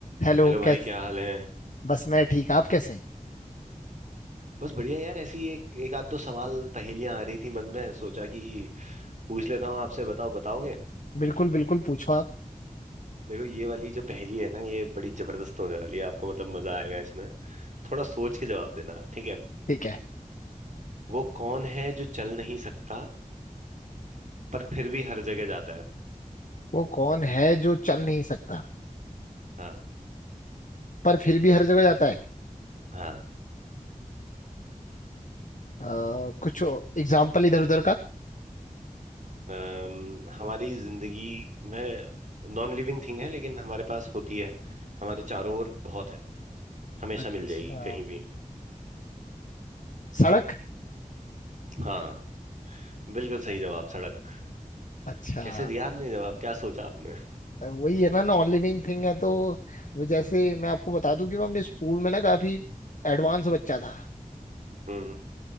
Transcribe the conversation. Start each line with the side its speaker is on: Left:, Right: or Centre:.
Left: Hello
Right: Hello भाई
Left: कैस
Right: क्या हाल है
Left: बस मैं ठीक आप कैसे हैं
Right: बस बढ़िया यार ऐसी एक एक आध दो सवाल पहेलियां आ रही थी मन में सोचा कि पूछ लेता हूँ आपसे बताओ बताओगे
Left: बिल्कुल बिल्कुल पूछो आप
Right: देखो ये वाली जो पहेली है ना ये बड़ी जबरदस्त होने वाली है आपको मतलब मजा आएगा इसमें थोड़ा सोच के जवाब देना ठीक है
Left: ठीक है
Right: वो कौन है जो चल नहीं सकता पर फिर भी हर जगह जाता है
Left: वो कौन है जो चल नहीं सकता
Right: हाँ
Left: पर फिर भी हर जगह जाता है
Right: हाँ
Left: अ, कुछ एग्जाम्पल इधर उधर का
Right: अम, हमारी जिंदगी में नॉन लिविंग थिंग है लेकिन हमारे पास होती है हमारे चारों ओर बहुत है हमेशा
Left: अच्छा
Right: मिल जाएगी कहीं भी
Left: सड़क
Right: हाँ बिल्कुल सही जवाब सड़क
Left: अच्छा
Right: कैसे दिया आपने जवाब क्या सोचा आपने
Left: वही है ना नॉन लिविंग थिंग है तो वो जैसे मैं आपको बता दूं कि मैं अपने स्कूल में ना काफी एडवांस बच्चा था
Right: हम्म